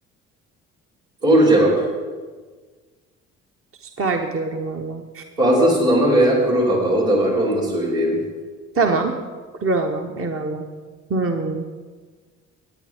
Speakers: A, on the right; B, on the right.
A: Doğru cevap.
B: Süper gidiyorum valla.
A: Fazla sulama veya kuru hava o da var onu da söyleyelim.
B: Tamam. Kuru hava. Eyvallah. Hmm,